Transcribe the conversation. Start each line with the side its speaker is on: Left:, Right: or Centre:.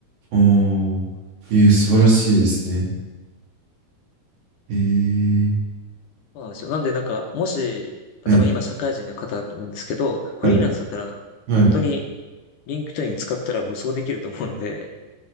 Right: ああ。えー、素晴らしいですね。えー、
Left: そうなんですよ。なんでなんか、もし、多分今社会人の方だと思うんですけど、
Right: はい。
Left: フリーランスだったら、
Right: はい。はい。
Left: 本当にリンクトイン使ったら無双できると思うので、